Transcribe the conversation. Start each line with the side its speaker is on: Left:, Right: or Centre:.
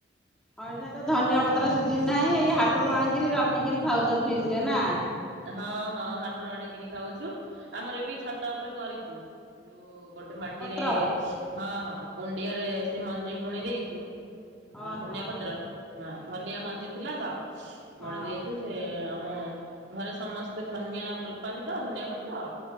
Centre: ହଁ ଆଇଠେ ତ ଧନିଆ ପତ୍ର ସିଝିନ ନାହିଁ। ଏଇ ହାଟରୁ ଆଣିକିରି ରଖିକିରି ଖାଉଛ ଫ୍ରିଜ ରେ ନା?
Right: ହଁ ହଁ ହାଟରୁ ଆଣିକିରି ଖାଉଛୁ। ଆମର ଏ ବି ଛତା ଉପରେ କରିଛୁ ଯୋଉ ଗୋଟେ ମାଟିରେ
Centre: ପତ୍ର
Right: ହଁ, ହଁ କୁଣ୍ଡିଆ ରେ ସେ ମଞ୍ଜି ବୁଣି ଦେଇଛୁ। ଆମର
Centre: ଓହୋ
Right: ଧନିଆ ପତ୍ର ହଁ ଧନିଆ ମଞ୍ଜି ଥିଲା ତ
Centre: ହଁ
Right: ମଣେ ଦେଇଛୁ ସେ ଆମେ ଘରେ ସମସ୍ତେ ଧନିଆ ଭଲ ପାଆନ୍ତି ତ ଧନିଆ ପତ୍ର